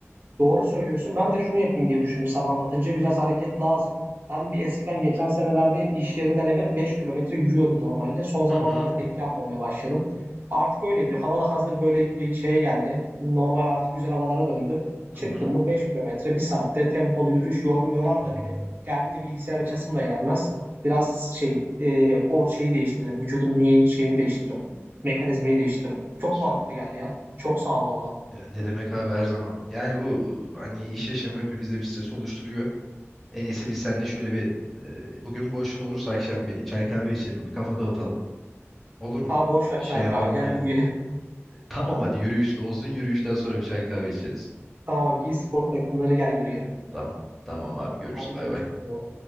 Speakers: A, on the right; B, in the centre.
A: Doğru söylüyorsun. Ben de şunu yapayım diye düşündüm sana anlatınca. Biraz hareket lazım. Ben bir eskiden geçen senelerde iş yerinden eve 5 kilometre yürüyordum normalde. Son zamanlarda
B: Hı hı
A: pek yapmamaya başladım. Artık öyle yapıyor. Hava da hazır böyle şeye geldi. Normal artık güzel havalara döndü.
B: hı
A: Çıktım
B: hı.
A: mı 5 kilometre bir saatte tempolu yürüyüş yor, yorar
B: Aa,
A: da beni. Geldiğimde bilgisayar açasım da gelmez. Biraz şey e, or şeyi değiştiririm. Vücudun bünye şeyini değiştiririm. Mekanizmayı değiştiririm. Çok
B: sü-
A: mantıklı geldi ya. Çok sağ ol valla.
B: ya ne demek abi her zaman. Yani bu hani iş yaşamı hepimizde bir stres oluşturuyor. En iyisi biz seninle şöyle bir e, bugün boşun olursa akşam bir çay kahve içelim, bir kafa dağıtalım. Olur mu?
A: Aa boş ver,
B: Şey
A: çay
B: yapalım
A: kahve gel
B: yani.
A: yürüyelim.
B: Tamam hadi yürüyüş de olsun. Yürüyüşten sonra bir çay kahve içeriz.
A: Tamam giy spor takımları gel yürüyelim.
B: Tamam. Tamam abi görüşürüz.
A: Hadi
B: Bay
A: görüşürüz.
B: bay.
A: baba.